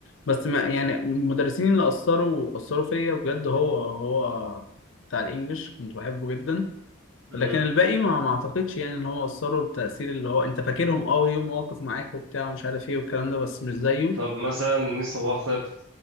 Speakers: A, on the left (about 65°); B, on the right (about 70°).
A: بس ما يعني المدرسين اللي اثروا اثروا فيا بجد هو هو بتاع الانجليش كنت بحبه جدا
B: مم.
A: لكن الباقي ما ما اعتقدش يعني ان هم اثروا التأثير اللي هو انت فاكرهم اه ليهم مواقف معاك وبتاع ومش عارف ايه والكلام ده بس مش زيه
B: طب مثلا مين صباح طيب